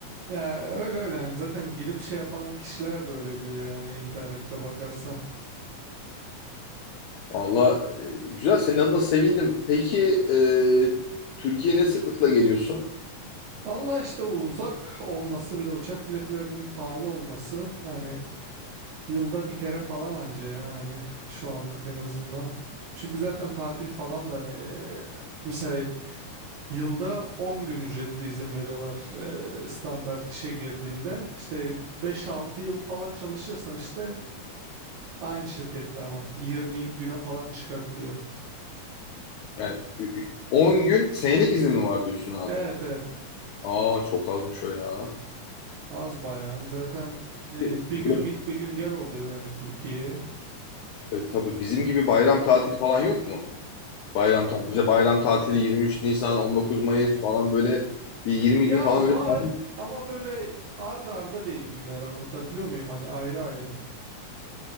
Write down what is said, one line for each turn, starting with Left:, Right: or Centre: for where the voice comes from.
Right: Ya öyle öyle yani zaten gidip şey yapan kişiler de öyle diyor yani internette bakarsan.
Left: Valla e, güzel senin adına sevindim. Peki e, Türkiye'ye ne sıklıkla geliyorsun?
Right: Allah işte uzak olması bir de uçak biletlerinin pahalı olması hani yılda bir kere falan anca yani şu anlık en azından. Çünkü zaten tatil falan da hani e, mesela yılda 10 gün ücretli izin veriyorlar e, standart işe girdiğinde. İşte beş altı yıl falan çalışırsan işte aynı şirkette ama 20 güne falan çıkabiliyor.
Left: Yani ü- ü- 10 gün senelik izin mi var diyorsun abi?
Right: Evet evet.
Left: Aa çok azmış o ya.
Right: Az bayağı. Zaten e,
Left: E,
Right: bir
Left: Böyle,
Right: gün git bir gün gel oluyor hani Türkiye'ye.
Left: e, tabii bizim gibi bayram tatili falan yok mu? Bayram tatili, bize bayram tatili 23 Nisan, 19 Mayıs falan böyle bir 20
Right: Ya
Left: gün falan öyle
Right: var
Left: tatil.
Right: ama böyle arda arda değil günler anlatabiliyor muyum? Hani ayrı ayrı.